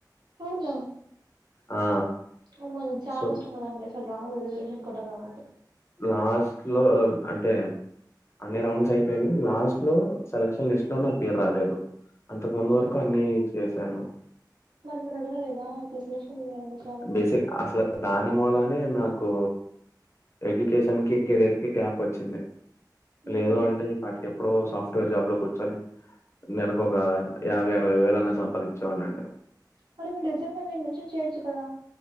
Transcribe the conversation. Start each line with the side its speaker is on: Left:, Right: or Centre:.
Right: అవునా
Left: ఆ
Right: అమ్మో చాలా
Left: సో
Right: కష్టం కదండీ అసలు రాదు రిజర్వేషన్ కోట కాబట్టి
Left: లాస్ట్ లో అంటే అన్ని రౌండ్స్ అయి నేను లాస్ట్ లో సెలక్షన్ లిస్ట్ లో నా పేరు రాలేదు అంతకు ముందు
Right: అయ్యయ్యో
Left: వరకు అన్ని చేశాను
Right: మరి మీరు అడగలేదా ఆ లిస్ట్ లో సెలెక్షన్ ఎందుకు రాలేదని
Left: బేసిక్ అసలు దాని మూలానే నాకు ఎడ్యుకేషన్ కి కెరీయర్ కి గ్యాప్ వచ్చింది
Right: ఉహు
Left: లేదు అంటే ఈపాటికి ఎప్పుడో సాప్ట్ వేర్ జాబ్ లో కూర్చుని నెలకు ఒక యాభై అరవై వేలన్నా సంపాదించేవాని అండి
Right: మరి మీరు రెస్యూమ్ లో అది మెన్షన్ చేయొచ్చు కదా